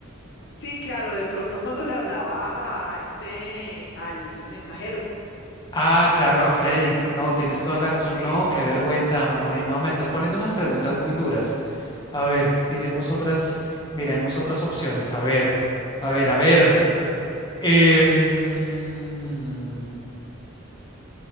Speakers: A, on the left; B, on the left.
A: Sí, claro, de pronto cuando le hablaba a este, al mensajero.
B: Ah, claro, a Freddy. No, tienes toda la razón.
A: Sí.
B: No, qué vergüenza, Moni. No, me estás poniendo unas preguntas muy duras. A ver, miremos otras, miremos otras opciones. A ver, a ver, a ver. Em,